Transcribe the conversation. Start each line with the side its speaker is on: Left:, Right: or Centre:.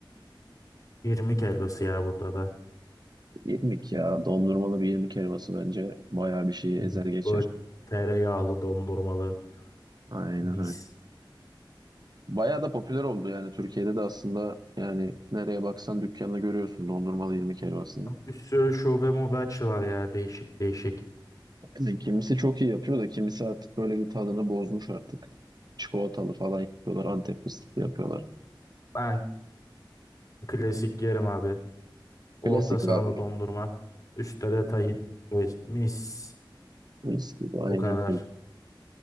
Left: 20 helvası ya burada da.
Right: İrmik ya. Dondurmalı bir irmik helvası bence bayağı bir şeyi
Left: 20
Right: ezer geçer.
Left: böyle tereyağlı dondurmalı
Right: Aynen
Left: mis.
Right: öyle. Bayağı da popüler oldu yani. Türkiye'de de aslında yani nereye baksan dükkanını görüyorsun dondurmalı irmik helvasını.
Left: Bir sürü şube mobe açılar ya değişik değişik.
Right: Yani kimisi çok iyi yapıyor da kimisi artık böyle bir tadını bozmuş artık. Çikolatalı falan yapıyorlar. Antep fıstıklı yapıyorlar.
Left: Ben klasik yerim abi. Orta
Right: Klasik
Left: sahada
Right: abi.
Left: dondurma. Üstte de tahin. O yüz- Mis.
Right: Klasik. Aynen
Left: Bu kadar.